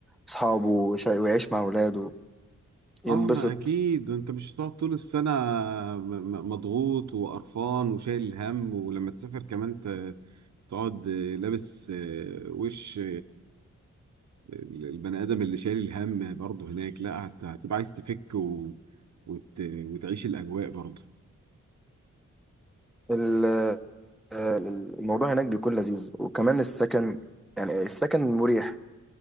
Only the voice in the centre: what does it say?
اصحابه ويش- ويعيش مع اولاده ينبسط
ال- آه، الموضوع هناك بيكون لذيذ وكمان السكن يعني السكن مريح